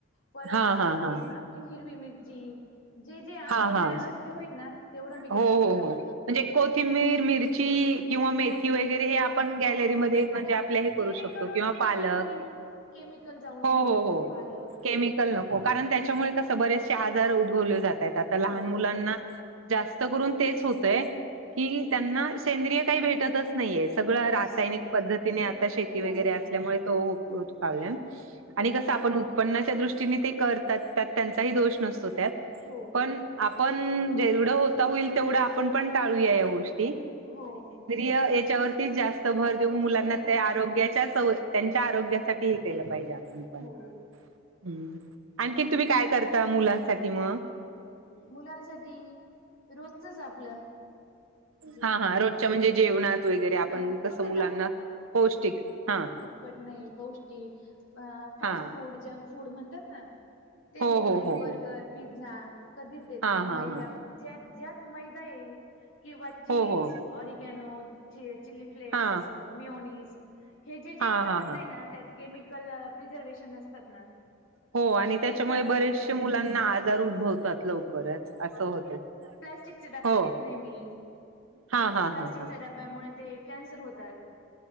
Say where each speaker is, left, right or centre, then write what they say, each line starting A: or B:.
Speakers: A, on the left; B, on the right.
A: परत
B: हा हा हा
A: आपली हिरवी मिरची जे जे आपल्याला
B: हा हा
A: शक्य होईल ना,, तेवढं मी
B: हो
A: गॅलरीत
B: हो
A: लावते.
B: हो म्हणजे कोथिंबीर मिरची. किंवा मेथी
A: कोथिंबीर
B: वगैरे हे आपण
A: हो
B: गॅलरीमध्ये म्हणजे
A: का
B: आपल्या हे
A: जेणेकरून
B: करू शकतो किंवा
A: केमिकल
B: पालक,
A: केमिकल जाऊ
B: हो
A: नये मुलांना
B: हो हो
A: पालक.
B: केमिकल नको कारण त्याच्यामुळे कस बरेचसे आजार उद्भवले जात आहेत आता लहान
A: हो
B: मुलांना. जास्त करून
A: हो
B: तेच होतय की
A: हो
B: त्यांना सेंद्रिय काही भेटत अस, नाहीे सगळं
A: हो
B: रासायनिक
A: सेंद्रिय
B: पद्धतीने
A: सर्व
B: आता शेती वगैरे
A: रासायनिक
B: असल्यामुळे तो उकावला.
A: हो
B: आणि कसं आपण उत्पन्नाच्या दृष्टीने ते करतात त्यात त्यांचाही दोष नसतो त्यात.
A: हो.
B: पण आपण जेवढ होता होईल तेवढ आपण पण टाळूया या गोष्टीे.
A: हो
B: याच्यावरतीच जास्त भर देऊन
A: जास्त
B: मुलांना
A: भर देऊ
B: ते आरोग्याच्या. त्यांच्या आरोग्यासाठी के पाहिजे आपण
A: हो
B: आणखी तुम्ही काय कर मुलांसाठी मग.
A: मुलांसाठी रोजचच आपलं. जेवण
B: हा हा रोजच्या म्हणजे जेवणात वगैरे आपण
A: हा
B: कसं
A: फक्त
B: मुलांना पौष्टिक हा.
A: कट नाहीई पौष्टिक फास्ट
B: हा
A: फूड जंक फूड म्हणतात ना. ते
B: हो
A: देत नाही
B: हो हो
A: बर्गर
B: हो
A: पिझ्झा कधीच देत
B: हा
A: नाही
B: हा
A: मैदा
B: हा
A: ज्यात ज्यात मैदा येईल किंवा चीज
B: हो हो
A: ऑरिगॅनो. चिली फ्लेक्स
B: हा
A: असं मिोनीस हे जे जे
B: हा
A: पदार्थ
B: हा हा
A: आहे ना त्यात केमिकल प्रिझर्वेशन असतात ना,,
B: हो आणि त्याच्यामुळे
A: ते देत
B: बरेचसे
A: नाही
B: मुलांना आजार उद्भवतात लवकरच असं होत.
A: प्लाॅस्टिकचा डबबा
B: हो
A: देत नाही मी.
B: हा हा हा.
A: डब्यामुळे
B: हा
A: कन्सर होतात.